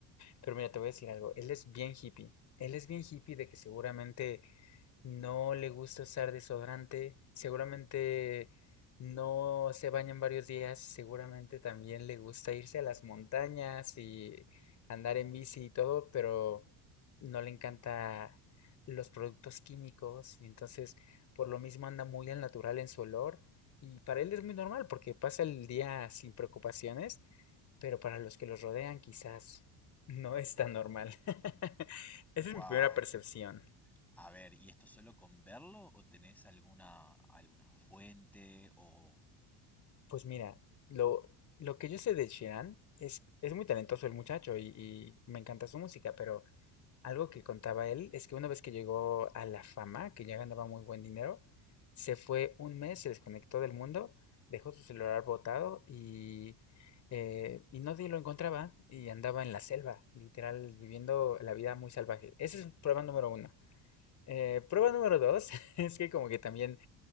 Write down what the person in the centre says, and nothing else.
Wow.
A ver, ¿y esto solo con verlo o tenés alguna, alguna fuente o